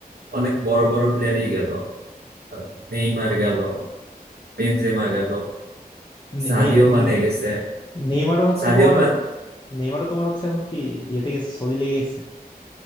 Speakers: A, on the right; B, on the left.
A: অনেক বড় বড় প্লেয়ারই গেল আহ, নেইমার গেল বেনজেমা গেল
B: নে-
A: সাদিও
B: নে-
A: মানে
B: নে-
A: গেছে
B: নেইমারও হচ্ছে
A: সাদিও
B: তোমার
A: মান
B: নেইমারও তোমার হচ্ছে এখন কি ইয়েতে গেছে সৌদি লেগে গেছে